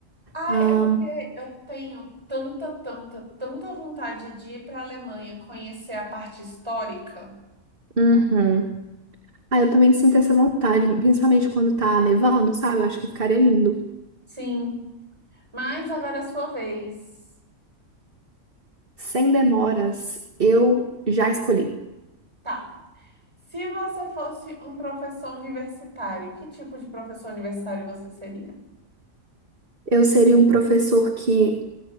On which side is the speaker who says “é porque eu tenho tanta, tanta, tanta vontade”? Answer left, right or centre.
Right